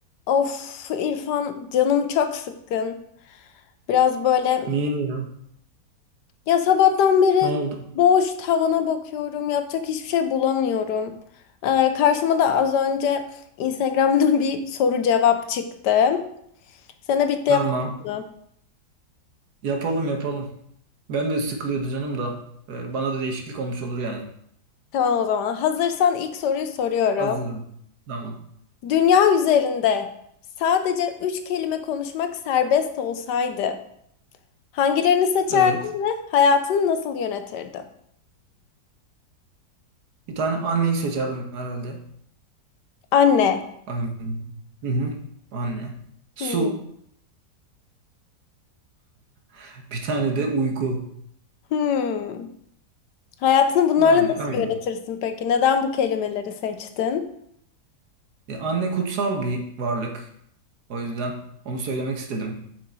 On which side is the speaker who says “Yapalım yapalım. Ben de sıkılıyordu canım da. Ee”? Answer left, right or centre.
Right